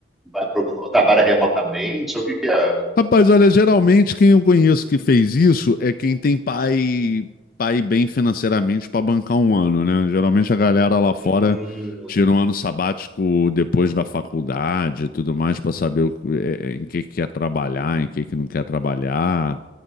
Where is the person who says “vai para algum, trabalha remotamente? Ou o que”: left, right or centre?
Centre